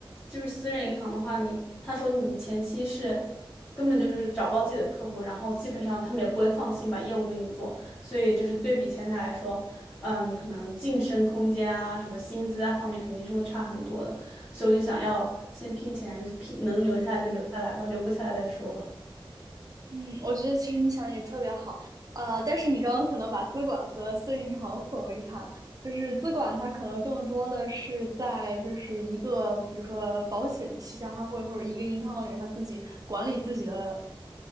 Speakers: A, on the left; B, on the right.
A: 就是私人银行的话，你他说你前期是根本就是找不到自己的客户，然后基本上他们也不会放心把业务给你做，所以就是对比前台来说，呃，你可能晋升空间啊，什么薪资啊方面肯定是会差很多的，所以我就想要先拼起来，就是拼能留下来就留下来吧，留不下来再说吧。
B: 嗯，我觉得其实你想的也特别好，呃，但是你刚刚可能把资管和私人银行混为一谈，就是资管它可能更多的是在就是一个比如说保险旗下，它会或者一个银行里面它自己管理自己的